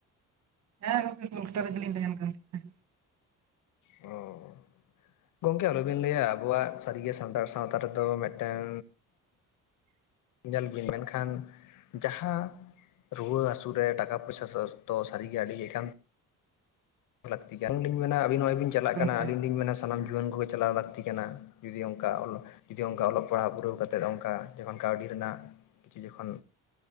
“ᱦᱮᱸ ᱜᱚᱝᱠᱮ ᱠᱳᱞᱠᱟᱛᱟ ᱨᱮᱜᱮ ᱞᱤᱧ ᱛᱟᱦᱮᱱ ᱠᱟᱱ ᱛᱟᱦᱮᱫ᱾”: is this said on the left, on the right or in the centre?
Right